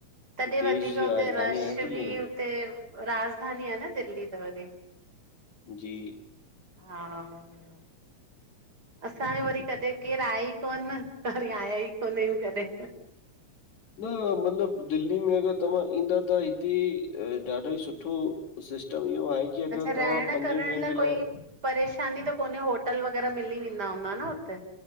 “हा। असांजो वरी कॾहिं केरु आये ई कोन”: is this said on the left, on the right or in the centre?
Right